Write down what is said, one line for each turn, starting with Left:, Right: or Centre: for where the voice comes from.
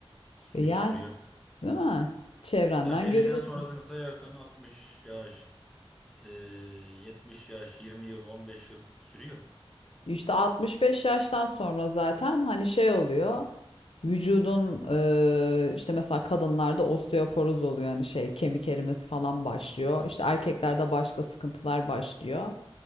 Centre: Sürüyor
Left: Ve yani
Centre: sürüyor. Tabii.
Left: değil mi? Çevrenden
Centre: Yani 50'den
Left: görüyorsun.
Centre: sonrasını sayarsan 60 yaş, e, 70 yaş, 20 yıl, 15 yıl sürüyor.
Left: İşte 65 yaştan sonra zaten hani şey oluyor. Vücudun eee, işte mesela kadınlarda osteoporoz oluyor hani şey kemik erimesi falan başlıyor. İşte erkeklerde başka sıkıntılar başlıyor.